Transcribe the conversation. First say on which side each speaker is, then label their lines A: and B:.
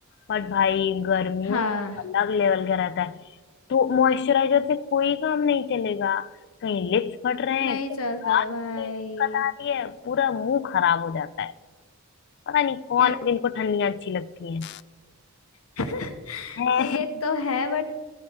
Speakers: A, on the left; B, on the left.
A: बट भाई गर्मियों
B: हाँ
A: में अलग लेवल का रहता है तो मॉइस्चराइजर से कोई काम नहीं चलेगा कहीं लिप्स फट रहे
B: नहीं
A: हैं कहीं
B: चलता
A: दांत
B: भाई
A: में दिक्कत आ रही है पूरा मुंह खराब हो जाता है पता नहीं कौन
B: यार
A: है जिनको ठंडियां अच्छी लगती हैं
B: <laughs>
A: <laughs>
B: ये
A: हैं।
B: तो है बट